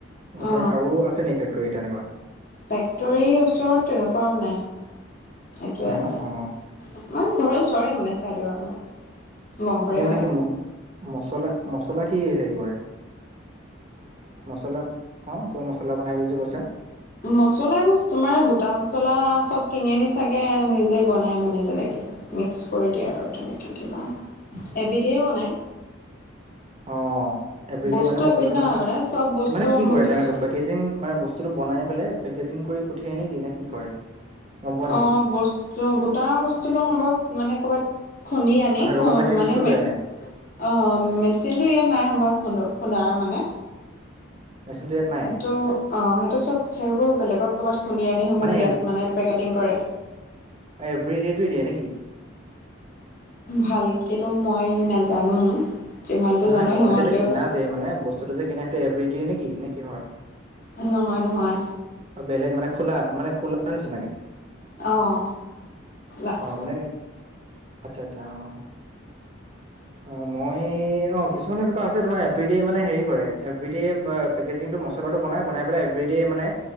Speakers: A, on the right (about 30°); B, on the left (about 45°).
A: ওচৰত
B: অ
A: আৰু আছে নি ফেক্টৰী তেনেকুৱা?
B: ফেক্টৰী ওচৰত তেনেকুৱা আৰু নাই। এইটোৱে
A: নাই
B: আছে,
A: ন অ
B: ইমান ঘৰৰ ওচৰে মানে চাইডৰ আমাৰ। বংশৰে
A: এতিয়া মানে
B: হয়
A: কি ম মছলা মছলা কি হেৰি কৰে? মছলা অঁ কিবা মছলা বনাই বুলি যে কৈছা।
B: মছলা বোৰ তোমাৰ গোটা মছলা চব কিনি আনি চাগে নিজে বনাই মানে তেনেকে। মিক্স কৰি দিয়ে আৰু তেনেকৈ কিবা এবিধেই বনায়।
A: অঁ এভেৰী
B: বস্তু
A: ডে মানে মছলাটো
B: এবিধ নহয়
A: মানে,
B: চব বস্তু
A: মানে কি কৰে
B: কিছু
A: তেওঁলোকে পেকেজিং মানে ব স্তুটো বনাই পেলাই পেকেজিং কৰি পঠিয়াই নেকি নে কি কৰে? গম পোৱা নেকি
B: অঁ বস্তু গোটা বস্তুটো সম্ভৱ মানে ক'ৰবাত খুন্দি আনি
A: মানে ৰ মেটেৰিয়েলছটো
B: মানে মে
A: লৈ আনে
B: অঁ মেচিনটো ইয়াত নাই সম্ভৱ খুন্দ খুন্দাৰ মানে।
A: মেছিনটো ইয়াত নাই।
B: সেইটো অঁ সেইটো চব সেইবোৰ বেলেগত ক'ৰবাত খুন্দি আনি সম্ভৱ
A: মানে
B: ইয়াত মানে পেকেটিং কৰে।
A: এভেৰী ডেটো দিয়ে নেকি?
B: ভালকেতো মই নাজানো। যিমানটো
A: নহয়
B: জানো
A: তোমালোকে
B: সিমানটোৱে
A: যে কিনা
B: কৈছো
A: যে মানে বস্তুটো যে কিনা সেইটো এভেৰী ডে নেকি নে কিহৰ?
B: নহয় নহয়।
A: অ' বেলেগ মানে খোলা মানে খোলা নিচিনাকে?
B: অঁ। লাজ
A: অ' মানে আচ্ছা আচ্ছা অঁ। অ' মই অ', কিছুমান এনেকুৱা আছে তোমাৰ এভৰী ডে' মানে হেৰি কৰে এভৰী ডে পেকেজিংটো মছলাটো বনাই বনাই পেলাই এভৰীড়ডে মানে